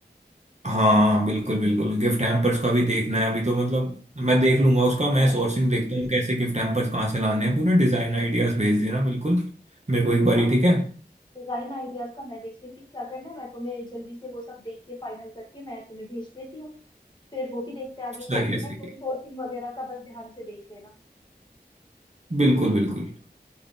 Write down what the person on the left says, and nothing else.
हाँ
हाँ
हाँ
डिजाइन आइडियाज का मैं देख लेती हूँ क्या करना है मैं तुम्हें जल्दी से वो सब देख के फाइनल करके मैं तुम्हें भेज देती हूँ फिर वो भी देखते हैं आगे
क्या करना
है तुम
सोर्सिंग वगैरह का बस ध्यान से देख लेना